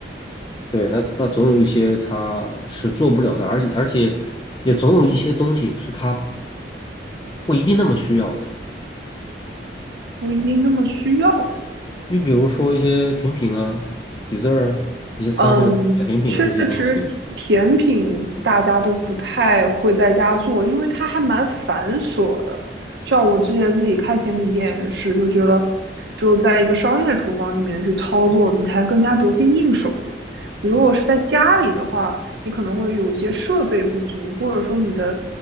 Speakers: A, on the left (about 25°); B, on the right (about 70°).
A: 对，那那总有一些它是做不了的，而且而且也总有一些东西是它不一定那么需要的，
B: 不一定那么需要的。
A: 你比如说一些甜品啊、dessert 啊、一些餐后的小甜品啊这些东西，
B: 嗯，确实甜，甜品大家都不太会在家做，因为它还蛮繁琐的。像我之前自己开甜品店也是，就觉得只有在一个商业厨房里面去操作，你才更加得心应手嘛。你如果是在家里的话，你可能会有一些设备不足，或者说你的